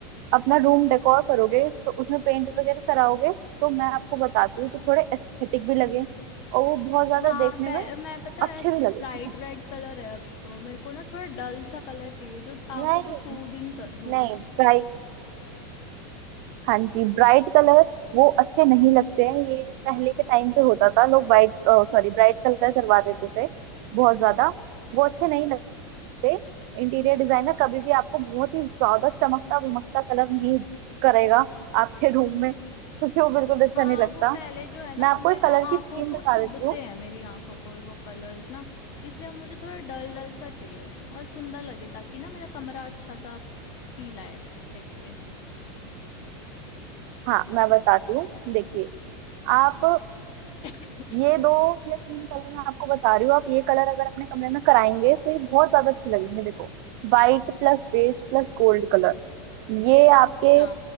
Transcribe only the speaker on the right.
अपना रूम डेकोर करोगे तो उसमें पेंट वगैरह कराओगे तो मैं आपको बताती हूँ जो थोड़े एस्थेटिक भी लगे और वो बहुत ज्यादा
देखने
में
अच्छे
भी लगे
ठीक है
नहीं
नहीं भाई हाँ जी ब्राइट कलर वो अच्छे नहीं लगते हैं ये पहले के टाइम पे होता था लोग वाइट सॉरी ब्राइट कलर करवा देते थे बहुत ज्यादा वो अच्छे नहीं लगते इंटीरियर डिजाइनर कभी भी आपको बहुत ही ज्यादा चमकता भमकता कलर नहीं करेगा आपके रूम में क्योंकि वो बिल्कुल अच्छा
नहीं लगता
मैं आपको
एक कलर
की स्कीम
बता
देती हूँ
हाँ मैं बताती हूँ देखिए आप
ये दो या तीन कलर मैं आपको बता रही हूँ आप ये कलर अगर अपने कमरे में कराएंगे तो ये बहुत ज्यादा अच्छे लगेंगे देखो white plus beige plus gold colour ये आपके